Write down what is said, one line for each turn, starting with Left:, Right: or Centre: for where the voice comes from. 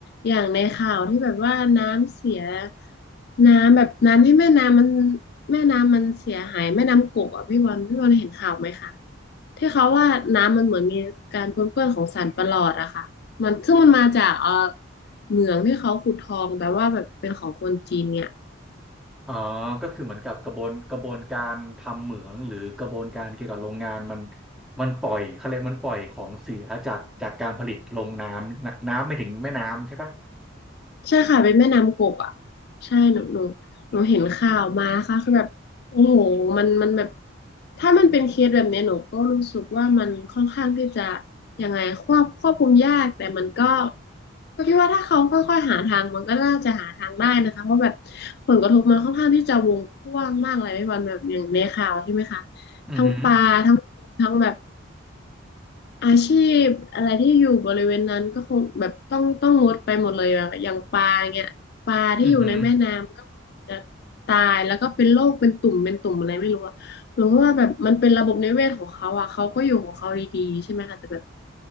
Left: อย่างในข่าวที่แบบว่าน้ำเสียน้ำแบบน้ำที่แม่น้ำมันแม่น้ำมันเสียหายแม่น้ำกกอ่ะพี่วันพี่วันเห็นข่าวไหมคะที่เขาว่าน้ำมันเหมือนมีการปนเปื้อนของสารประหลอดอะค่ะมันซึ่งมันมาจากเออเหมืองที่เขาขุดทองแบบว่าแบบเป็นของคนจีนเนี่ย
Centre: อ๋อก็คือเหมือนกับกระบวนกระบวนการทำเหมืองหรือกระบวนการเกี่ยวกับโรงงานมันมันปล่อยเขาเรียกมันปล่อยของเสียจากจากการผลิตลงน้ำนะน้ำไม่ถึงแม่น้ำใช่ปะ
Left: ใช่ค่ะเป็นแม่น้ำกกอ่ะใช่หนูหนูหนูเห็นข่าวมาค่ะคือแบบโอ้โหมันมันแบบถ้ามันเป็นเคสแบบเนี้ยหนูก็รู้สึกว่ามันค่อนข้างที่จะยังไงควบควบคุมยากแต่มันก็ก็คิดว่าถ้าเขาค่อยๆหาทางมันก็น่าจะหาทางได้นะคะเพราะแบบผลกระทบมันค่อนข้างที่จะวงกว้างมากเลยไม่วันแบบอย่างในข่าวใช่ไหมคะ
Centre: อือหือ
Left: ทั้งปลาทั้งคนทั้งแบบ อาชีพอะไรที่อยู่บริเวณนั้นก็คงแบบต้องต้องงดไปหมดเลยอะอย่างปลาเงี้ยปลาที่อยู่ในแม่น้ำก็จะ
Centre: อือหือ
Left: ตายแล้วก็เป็นโรคเป็นตุ่มเป็นตุ่มอะไรไม่รู้อะหนูว่าแบบมันเป็นระบบนิเวศของเขาอะเขาก็อยู่ของเขาดีๆใช่ไหมคะแต่แบบ